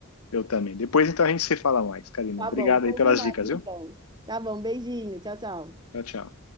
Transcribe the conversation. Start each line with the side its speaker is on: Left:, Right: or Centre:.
Left: Eu também. Depois então a gente se fala mais, Karina.
Right: Tá
Left: Obrigado
Right: bom, combinado
Left: aí pelas dicas,
Right: então.
Left: viu?
Right: Tá bom, beijinho. Tchau, tchau.
Left: Tchau, tchau.